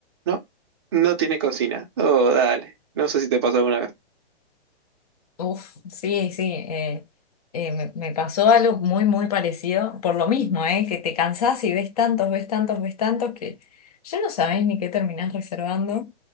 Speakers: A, on the right; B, on the left.
A: no, no tiene cocina. Oh, dale, no sé si te pasó alguna vez.
B: Uf, sí, sí, eh, eh, me, me pasó algo muy, muy parecido, por lo mismo, eh, que te cansás y ves tantos, ves tantos, ves tantos, que ya no sabés ni qué terminás reservando.